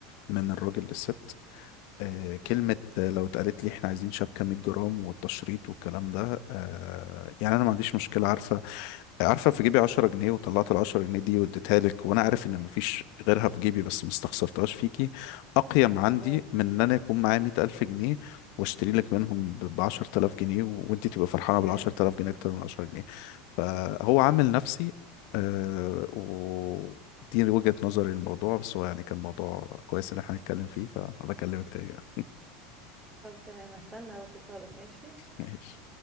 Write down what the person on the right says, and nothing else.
امم
بالظبط
فعلا
طب تمام هستنى اتصالك ماشي